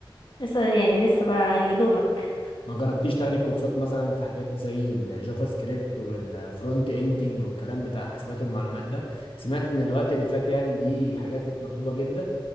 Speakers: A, on the left; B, on the left.
A: لسه يعني لسه بقى يا دوبك
B: ما جربتيش تاخدي كورسات مثلا في حاجات زي الجافا سكريبت والفرونت اندنج والكلام بتاع الحاسبات والمعلومات ده سمعت ان الوقت اللي فات يعني دي حاجات كانت مطلوبة جدا